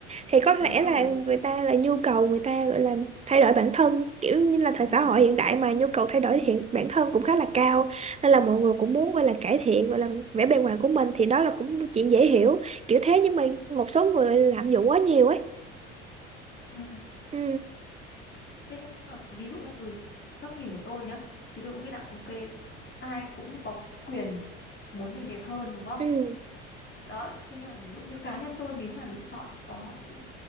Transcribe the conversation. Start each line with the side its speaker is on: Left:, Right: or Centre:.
Right: thì có lẽ
Left: đúng rồi.
Right: là người ta là nhu cầu người ta gọi là thay đổi bản thân kiểu như là
Left: Ừ,
Right: thời xã hội hiện đại mà nhu cầu thay đổi hiện bản thân cũng khá là cao nên là mọi người cũng muốn gọi là cải thiện gọi là vẻ bề ngoài của mình thì đó là cũng một chuyện dễ hiểu kiểu thế nhưng mà một số người lạm dụng quá nhiều ấy
Left: ừ.
Right: ừ
Left: Thế nhưng mà ví dụ nhá, ừ, góc nhìn của tôi nhá, thì tôi cũng nghĩ là ok, ai cũng có quyền muốn mình đẹp hơn đúng không?
Right: ừ
Left: đó thế nhưng mà ví dụ như cá nhân tôi nếu mà lựa chọn có ừ,